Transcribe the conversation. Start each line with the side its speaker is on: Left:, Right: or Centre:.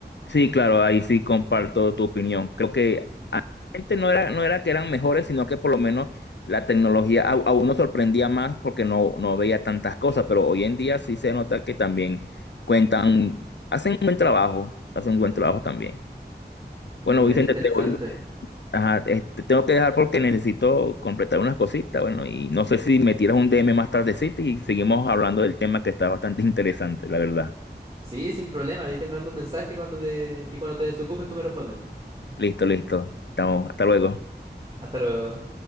Left: Sí, claro, ahí sí comparto tu opinión. Creo que realmente no era, no era que eran mejores, sino que por lo menos la tecnología a, a uno sorprendía más porque no, no veía tantas cosas, pero hoy en día sí se nota que también cuentan, hacen un buen trabajo, hacen un buen trabajo también.
Right: Mira,
Left: Bueno, Vicente,
Right: qué interesante.
Left: te voy- ajá, este, tengo que dejar porque necesito completar unas cositas, bueno, y no sé si me tiras un DM más tardecito y seguimos hablando del tema que está bastante <laughs> interesante, la verdad.
Right: Sí, sin problema, ahí te mando un mensaje cuando te... y cuando te desocupes tú me respondes.
Left: Listo, listo. Estamos, hasta luego.
Right: Hasta luego.